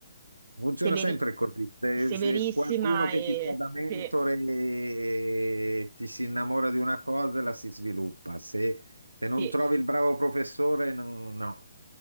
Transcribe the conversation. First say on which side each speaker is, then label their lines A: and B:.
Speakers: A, on the right (about 85°); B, on the right (about 40°).
A: Funziona
B: Severi-
A: sempre così. Se,
B: severissima
A: se qualcuno che
B: e...
A: ti fa da mentore
B: Sì,
A: eh, ti si innamora di una cosa, e la si sviluppa. Se, se non
B: sì.
A: trovi il bravo professore, no. no.